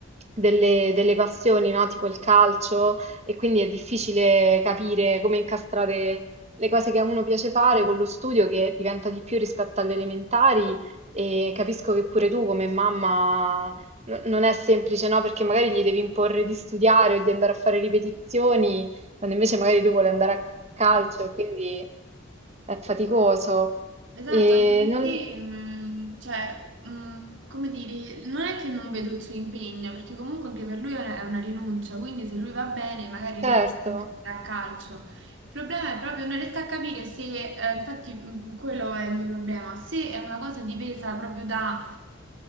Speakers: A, on the right (about 35°); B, on the right (about 65°).
A: delle, delle passioni, no? Tipo il calcio, e quindi è difficile capire come incastrare le cose che a uno piace fare
B: 啊啊啊啊！嗯
A: con lo studio che diventa di più rispetto alle elementari e capisco che pure tu come mamma no- non è semplice, no? Perché magari gli devi imporre di studiare o di andare a fare ripetizioni, quando invece magari lui vuole andare a calcio e quindi è faticoso.
B: Esatto,
A: E
B: anche perché,
A: non,
B: mh, cioè, mh, come dire, non è che non vedo il suo impegno, perché comunque anche per lui è una, è una rinuncia, quindi se lui va bene magari
A: certo
B: riesce anche a giocare a calcio. Il problema è proprio non riesco a capire se, eh, infatti mh, quello è il mio problema, se è una cosa dipesa proprio da,